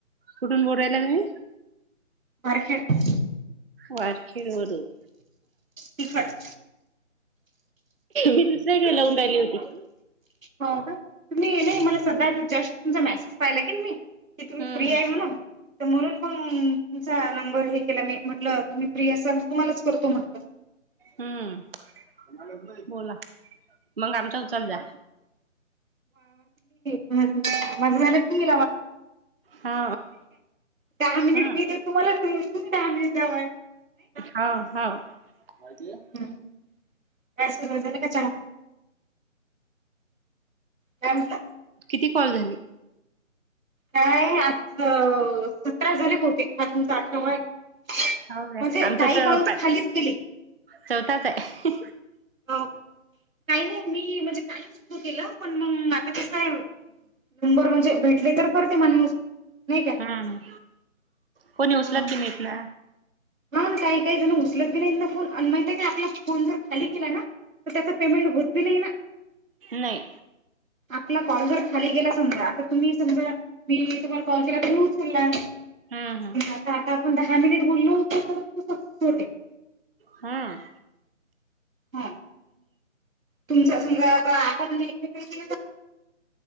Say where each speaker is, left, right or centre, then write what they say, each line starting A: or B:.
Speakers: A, on the right; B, on the right.
A: कुठून बोलायला तुम्ही,
B: मार्केट,
A: वारखेर वरून,
B: तिखट
A: मी दुसऱ्याकडे लावून राहिली होती.
B: हो का! तुम्ही नाही मला सध्या जस्ट तुमचा मेसेज पाहिला क मी की तुम्ही
A: हम्म
B: फ्री आहे म्हणून तर म्हणून पण तुमचा नंबर हे केला मी म्हटलं तुम्ही, फ्री असाल तुम्हालाच करतो म्हटलं,
A: हम्म बोला मग आमचा उचल जा
B: ह माझ झा ला काय
A: हा
B: दहा मिनिट
A: हा
B: मी दे तुम्हाला खूप काम आहे त्यामुळे
A: हा हा होती आहे
B: हम्म काय सुरू आहे झाल का चहा काय म्हटलं
A: किती कॉल झाली
B: काय आज सतरा झाले होते हा तुमचा आठरावा आहे
A: हो काय
B: म्हणजे
A: आमचा
B: काही कॉल तर
A: पाच
B: खालीच गेली
A: चौथाच आहे
B: हो का काही नाही मी म्हणजे काही सुरू केलं पण मग आता कस आहे नंबर म्हणजे भेटले तर करते माणूस नाही काय
A: हा ह कोणी उचलत
B: हा
A: बी नाहीत ना
B: हा ना काही काही जण उचलत गे नाही एक फोन आणि माहि आपला फोन जर खाली केला ना तर त्याचा पेमेंट होत नाही ना
A: नाही
B: आपला कॉल जर खाली गेला समजा आता तुम्ही समजा मी तुम्हाला कॉल केला तरी उचलला
A: हम्म हम्म
B: आता आपण दहा मिनिट बोललो होत तर
A: हम
B: हा तुमच्या सा आता आपण एकमे